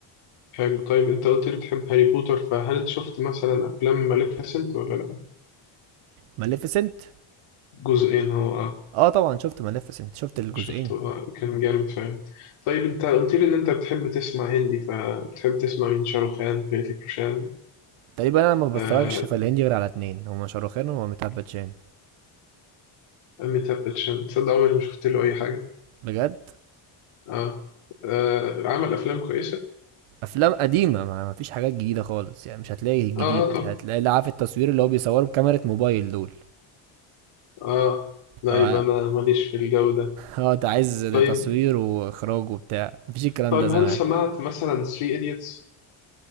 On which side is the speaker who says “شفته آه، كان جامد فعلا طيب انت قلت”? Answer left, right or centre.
Left